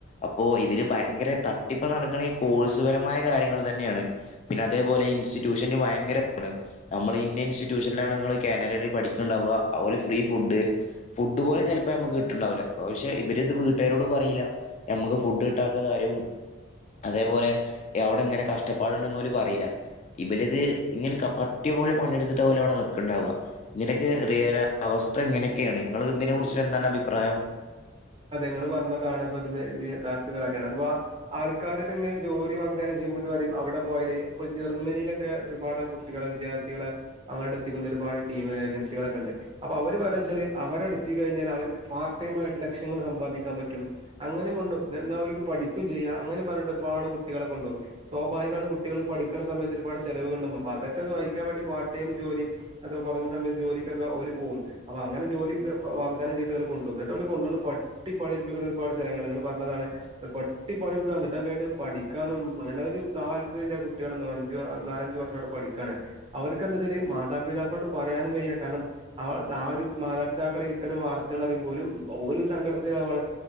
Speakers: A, on the left (about 35°); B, on the right (about 30°).
A: അപ്പോ ഇതില് ഭയങ്കര തട്ടിപ്പ് നടക്കണ ഈ കോഴ്സ് പരമായ കാര്യങ്ങൾ തന്നെയാണ് പിന്നെ അതേപോലെ ഇൻസ്റ്റിറ്റ്യൂഷൻല് ഭയങ്കര <unintelligible> ണ് നമ്മള് ഇന്ത്യ ഇൻസ്റ്റിറ്റ്യൂഷൻലാണ് ങ്ങള് കാനഡയില് പഠിക്ക്ണ്ടാവ അഓലെ ഫ്രീ ഫുഡ് ഫുഡ് പോലും ചെൽപ്പ ഞമക്ക് കിട്ടുണ്ടാവ്ല്ല പക്ഷെ ഇവരിത് വീട്ടുകാരോട് പറയില്ല ഞമക്ക് ഫുഡ് ട്ടാത്ത കാര്യവും അതേപോലെ അവിടെങ്ങനെ കഷ്ടപ്പാടുണ്ടന്ന് ഓല് പറീല ഇവല്ത് ഇങ്ങനെ പട്ട്യാേലെ പണിയെടുത്തിട്ട ഓലവ്ടെ നിക്ക്ണ്ടാവ ഇങ്ങനൊക്കെ റിയ അവസ്ഥങ്ങനൊക്കെയാണ് ങ്ങള് ഇതിനെ കുറിച്ചെന്താണ് അഭിപ്രായം
B: അതേ ങ്ങള് പറഞ്ഞതാണ് ഇപ്പ ഇതിന്റെ യഥാർത്ഥ കാര്യമാണ് അഥവാ ആൾക്കാരോട്ങ്ങനെ ജോലി വാഗ്ദാനം ചെയ്യുമ്പോൾ ഓല് പറയും അവിടെ പോയല് ഇപ്പ ജർമ്മനിയിലൊക്കെ ഒരുപാട് കുട്ടികള് വിദ്യാർത്ഥികള് അങ്ങട്ട് എത്തിക്കുന്ന ഒരുപാട് ടീമ് ഏജൻസികളൊക്കെണ്ട് അപ്പൊ അവര് പറയന്നെച്ചാല് അവരെട്ത്തി കഴിഞ്ഞാല് അവർക്ക് പാർട് ടൈം ആയിട്ട് ലക്ഷങ്ങൾ സമ്പാദിക്കാൻ പറ്റും അങ്ങനെ കൊണ്ടും ന്നാൽ ഓൽക്ക് പഠിക്കും ചെയ്യാം അങ്ങനെ പറഞ്ഞ്ട്ട് ഒരുപാട് കുട്ടികളെ കൊണ്ടുപോകും സ്വാഭാവികമാണ് കുട്ടികൾ പഠിക്ക്ണമയത്ത് ഒരുപാട് ചെലവ്ണ്ടാവും അതൊക്കെന്ന് വഹിക്കാൻ വേണ്ടി പാർട്ട്ടൈം ജോലിം അത് കുറഞ്ഞ സമയത്ത് ജോലിക്കക്കെ ഓല് പോവും അപ്പോ അങ്ങനെ ജോലി വാഗ്ദാനം ചെയ്ട്ട് അവരെ കൊണ്ടോകും ന്നട്ട ഓല് കൊണ്ടാേ പട്ടി പണിട്പ്പിക്കുന്ന ഒരുപാട് സ്ഥലങ്ങള് ങ്ങള് പറഞ്ഞതാണ് പട്ടി പണിടുക്ക ന്നിട്ട യ്ഞ്ഞിട് പഠിക്കാനും അങ്ങനെ ഒരു താല്പര്യ കുട്ടികളന്നോ അഞ്ച് ആ നാലഞ്ചു വർഷവ്ടെ പഠിക്കാണ് അവർക്ക് എന്താച്ചരി മാതാപിതാക്കളോട് പറയാനും വയ്യ കാരണം ആ ആ ഒരു മാതാപിതാക്കളെ ഇത്തരം വാർത്തകൾ അറിയുമ്പോലും ഓല് സങ്കടത്തിലാവകാണ്